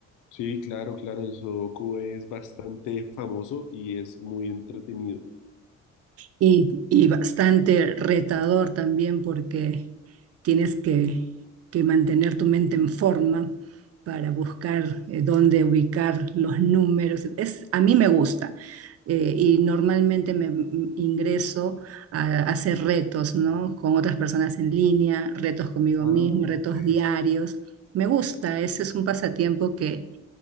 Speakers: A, on the left; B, on the right.
A: Sí, claro, claro, el Sudoku es bastante famoso y es muy entretenido.
B: Y, y bastante retador también porque tienes que, que mantener tu mente en forma para buscar eh, dónde ubicar los números. Es, a mí me gusta eh, y normalmente me m- ingreso a, a hacer retos, ¿no? Con otras personas en línea, retos conmigo
A: Ah,
B: mismo, retos
A: ok.
B: diarios. Me gusta, ese es un pasatiempo que,